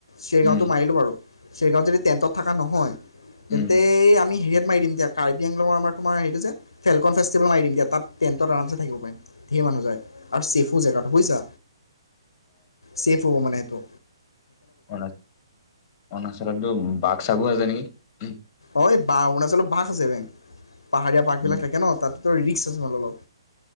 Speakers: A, on the left (about 65°); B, on the left (about 25°).
A: চেৰগাঁওটো
B: উম
A: মাৰিলোঁ বাৰু। চেৰগাঁৱত যদি টেণ্টত থকা নহয়! তেন্তে
B: উম
A: আমি হেৰিয়াত মাৰি দিম দিয়া। কাৰ্বি- আংলঙৰ আমাৰ তোমাৰ হেৰিটো যে, ফেলকনফেষ্টিভেল মাৰি দিম দিয়া। তাত টেণ্টত আৰামচে থাকিব পাৰিম। ধেৰ মানুহ যায়, আৰু ছেফো জেগাটো বুইছা। ছেফ হ'ব মানে টো
B: <unintelligible> অৰুণাচলতটো বাঘ-চাঘো আছে নেকি? <unintelligible>
A: হয় বা, অৰুণাচলত বাঘ আছে বেং পাহাৰীয়া পাকবিলাক
B: উম।
A: থাকে ন তাত ত' ৰিক্স আছে মানে অলপ।